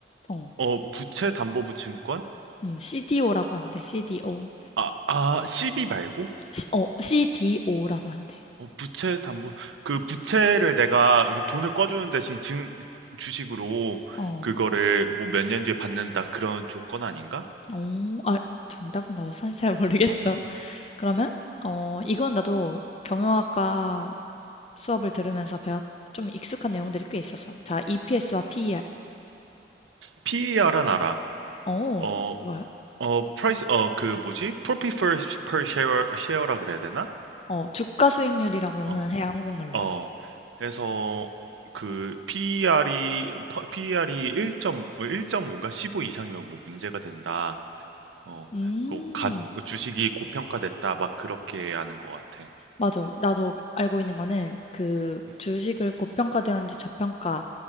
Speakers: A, on the left (about 35°); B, on the right (about 85°).
A: 어.
B: 어 부채 담보부 증권
A: 음, CDO라고 한대. CDO.
B: 아 아 CB 말고
A: 시- 어, CDO라고 한대.
B: 어, 부채 담보, 그 부채를 내가 돈을 꺼주는 대신 증, 주식으로
A: 어.
B: 그거를 뭐 몇 년 뒤에 받는다. 그런 조건 아닌가?
A: 오, 아, 정답은 나도 사실 잘 모르겠어.
B: 어.
A: 그러면 어, 이건 나도 경영학과 수업을 들으면서 배웠 좀 익숙한 내용들이 꽤 있었어. 자, EPS와 PER.
B: PER은 알아.
A: 어,
B: 어,
A: 뭐야?
B: 어, price, 어, 그 뭐지? profit per, per share, share라 그래야 되나?
A: 어, 주가 수익률이라고는
B: 어,
A: 해, 한국말로.
B: 어. 해서 그 PER이, PER이 1.5, 1.5인가? 15 이상이면 뭐 문제가 된다. 어,
A: 음,
B: 그 가, 주식이 고평가됐다. 막 그렇게 하는 것 같아.
A: 맞아. 나도 알고 있는 거는 그
B: 음,
A: 주식을 고평가되었는지 저평가